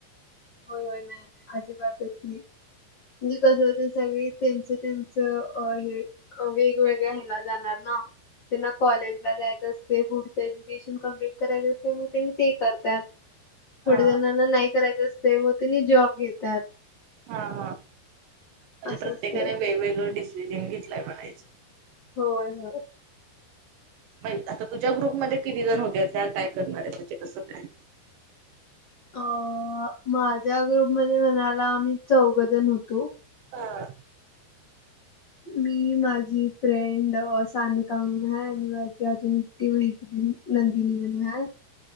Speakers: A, on the left; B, on the right.
A: हो होय ना आजी बातय की मी कसं होतं सगळे त्यांच त्यांचं अहे ह वेगवेगळ्या ह्यांना जाणार ना? त्यांना कॉलेजला जायचं असते पुढचे एज्युकेशन कम्पलीट करायचं असते मग त्यांनी ते करतात.
B: हा
A: थोडे जणांना नाही करायचं असते मग त्यांनी जॉब घेतात.
B: हा हा, म्हणजे
A: असं
B: प्रत्येकाने
A: असते
B: वेगवेगळं डिसिजन घेतलाय म्हणायचं.
A: होय होय...
B: वैत आता तुझ्या ग्रुपमध्ये किती जण होते त्यात काय करणार आहे त्याचे कसं काय
A: अ माझ्या ग्रुपमध्ये म्हणायला आम्ही चौघं जण होतो.
B: आअ
A: मी, माझी फ्रेंडं सानिका म्हणून हाय आनि माझी अजून <unintelligible> नंदिनी म्हणूया